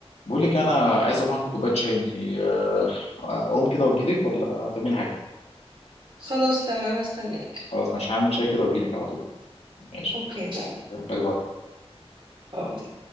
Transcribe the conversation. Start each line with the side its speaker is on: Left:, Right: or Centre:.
Left: بقول لك إيه، انا عايز اقوم اعمل كوبايه شاي انت آه، اقوم كده واجي لك ولا هتعملي حاجه
Right: خلاص تمام هستناك
Left: خلاص مش هعمل شاي كده واجي لك على طول ماشي
Right: اوكي
Left: اوكي
Right: تمام
Left: يلا، باي باي
Right: اه